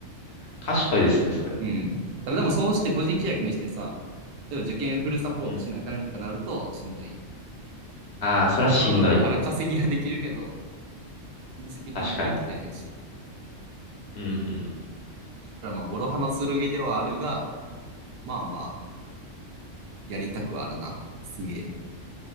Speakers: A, on the left; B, on the right.
A: 賢いですね、それ。
B: うん。ただでもそうして個人契約にしてさ、でも受験フルサポートしなあかんとかなるとしんどいやん。
A: うん。ああ、それはしんどい。
B: まあその分、荒稼ぎはできるけど、その責任追い切れへんし。
A: 確かに。うん
B: だからまあ、諸刃の剣ではあるが、まあまあ、やりたくはあるな。すげえ。